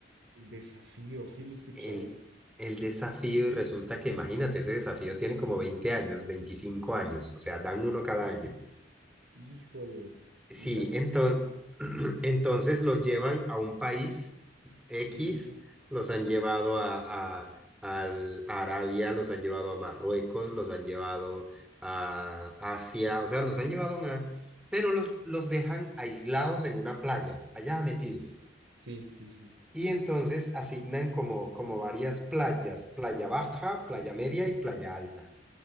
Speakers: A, on the right; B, in the centre.
A: el desafío, sí lo he escuchado.
B: el, el desafío y resulta que, imagínate, ese desafío tiene como 20 años, 25 años, o sea, dan uno cada año.
A: Híjole.
B: Sí,
A: Y también,
B: entonces, <clears throat> entonces los llevan a un país X,
A: sí, sí, sí.
B: los han llevado a, a- al- a Arabia, los han llevado a Marruecos, los han llevado a Asia, o sea, los han llevado a una... Pero los, los dejan aislados en una playa, allá metidos.
A: Sí, sí, sí.
B: Y entonces asignan como, como varias playas, playa baja, playa media y playa alta.